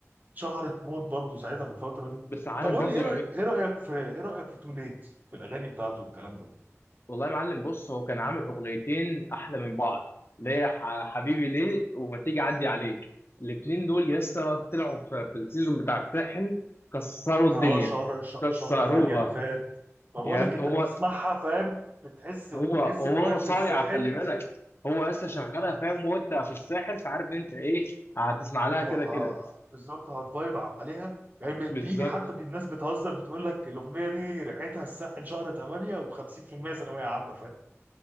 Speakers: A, on the right; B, on the left.
A: شهرت موت برضه ساعتها في الفترة دي
B: بس عارف
A: طب قول
B: برضو
A: لي ايه رأيك ايه رأيك في ايه رأيك في تو ليت في الأغاني بتاعته والكلام ده
B: والله يا معلم بص هو كان عامل اغنيتين احلى من بعض اللي هي ح- حبيبي ليه وما تيجي اعدي عليك الاتنين دول لسه طلعوا في, في السيزون بتاع الساحل كسروا الدنيا
A: اه شهر ش-
B: كسروها
A: شهر 8 اللي فات فبقول
B: يا
A: لك
B: ابني
A: انت
B: هو
A: بتسمعها فاهم بتحس بتحس
B: هو هو
A: بفايبس
B: صايع
A: الساحل
B: خلي بالك هو لسه شغالها فاهم وانت في الساحل فعارف ان انت ايه هتسمع لها
A: هو-
B: كده
A: آه،
B: كده
A: بالظبط هتفايب عليها يعني بي-
B: بالظبط
A: بيجي حتى بي- الناس بتهزر بتقول لك الاغنيه دي ريحتها الساحل شهر 8 و50% ثانويه عامه فاهم